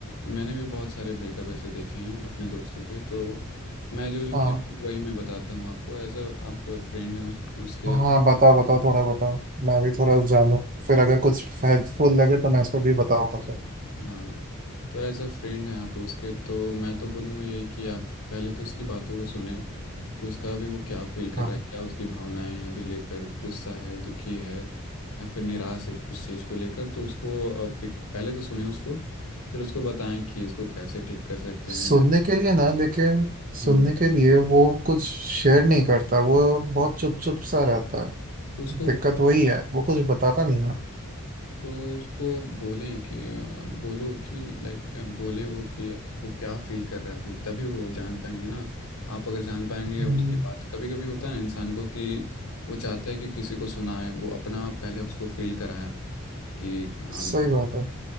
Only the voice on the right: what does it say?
हाँ
हाँ बताओ बताओ थोड़ा बताओ मैं भी थोड़ा जानूँ फिर अगर कुछ हेल्पफुल लगे तो मैं इसको भी बताऊँगा फिर
हाँ।
सुनने
के लिए ना लेकिन सुनने
के लिए वो कुछ शेयर नहीं करता वो बहुत चुप चुप सा रहता है
दिक्कत वही है वो कुछ बताता नहीं है
हम्म,
सही बात है